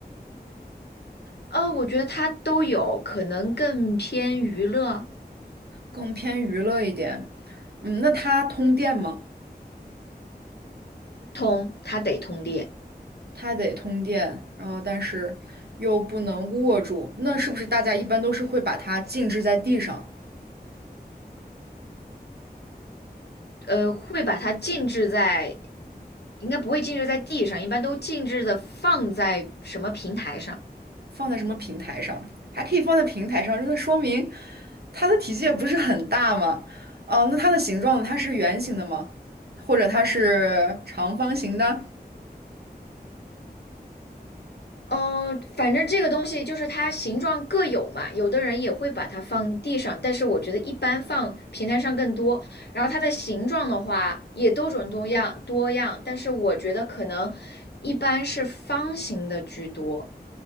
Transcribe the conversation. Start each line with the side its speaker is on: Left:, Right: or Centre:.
Left: 啊，我觉得它都有，可能更偏娱乐
Right: 更偏娱乐一点。嗯，那它通电吗？
Left: 通，它得通电。
Right: 它得通电，然后但是又不能握住，那是不是大家一般都是会把它静置在地上，
Left: 呃，会把它静置在，应该不会静置在地上，一般都静置的放在什么平台上？
Right: 放在什么平台上？还可以放在平台上，那说明它的体积也不是很大嘛。哦、那它的形状呢它是圆形的吗？或者它是长方形的？
Left: 嗯、反正这个东西就是它形状各有嘛，有的人也会把它放地上，但是我觉得一般放平台上更多。然后它的形状的话也多种多样多样，但是我觉得可能一般是方形的居多，